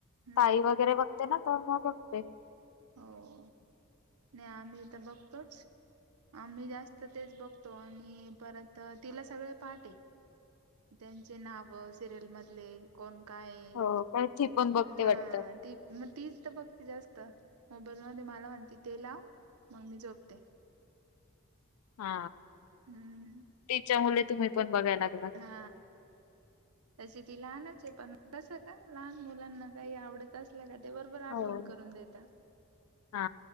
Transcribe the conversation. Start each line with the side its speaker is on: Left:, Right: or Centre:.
Right: हम्म
Left: ताई वगैरे बघते, ना तर मग बघते.
Right: हो.. नाही आम्ही तर बघतोच. आम्ही जास्त तेच बघतो, आणि परत तिला सगळे पाट ये. त्यांचे नाव सिरियल मधले कोण काय ये,
Left: हो पण ती पण बघते
Right: हा
Left: वाटतं
Right: ती मग तीच तर बघते जास्त. तर मोबाईल मध्ये मला म्हणते ते लाव मग मी झोपते
Left: हा
Right: हम्म
Left: तीच्यामुळे तुम्ही पण बघायला लागलात.
Right: हा तशी ती लहानच आहे पण कसं का लहान मुलांना काही आवडत असल्या का ते बरोबर आठवण
Left: हो.
Right: करून देता
Left: हा